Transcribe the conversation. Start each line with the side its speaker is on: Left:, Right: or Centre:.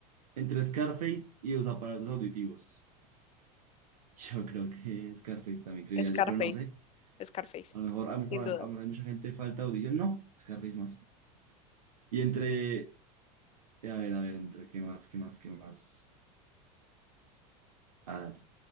Right: Entre Scarface y los aparatos auditivos. Yo creo que Scarface también creería
Left: Scarface,
Right: yo, pero no sé.
Left: Scarface,
Right: A lo mejor, a lo mejor-
Left: sin
Right: a
Left: duda.
Right: lo mejor hay mucha gente falta de audición. No, Scarface más. Y entre, a ver, a ver, entre qué más, qué más, qué más. A ver,